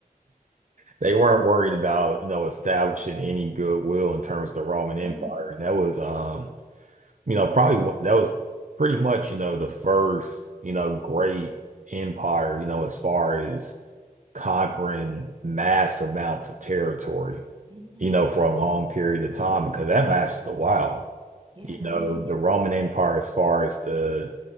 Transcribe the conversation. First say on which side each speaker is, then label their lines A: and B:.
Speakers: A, on the right; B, on the right.
A: They weren't worried about, you know, establishing any goodwill in terms of the Roman
B: yeah
A: Empire.
B: mm,
A: And that was um, you know, probably one- that was pretty much, you know, the first, you know, great empire, you know, as far as conquering mass amounts of territory,
B: mhm.
A: you know, for a long period of time because that lasted a while.
B: yeah
A: You know,
B: I mean
A: the Roman Empire, as far as the,